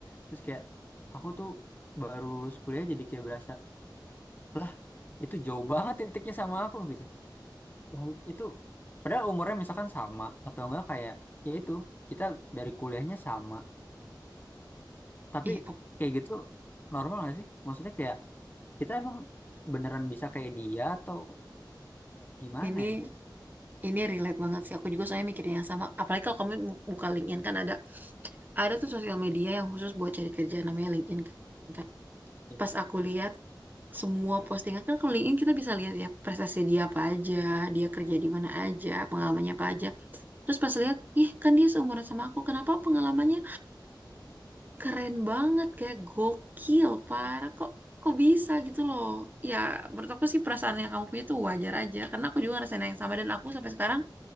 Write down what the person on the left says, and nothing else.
Terus kayak aku tuh baru lulus kuliah jadi kayak berasa, lah itu jauh banget titiknya sama aku gitu. Wah, itu padahal umurnya misalkan sama atau enggak kayak ya itu kita dari kuliahnya sama, tapi
kayak gitu normal nggak sih? Maksudnya kayak Kita emang beneran bisa kayak dia atau gimana
ya?
Ya.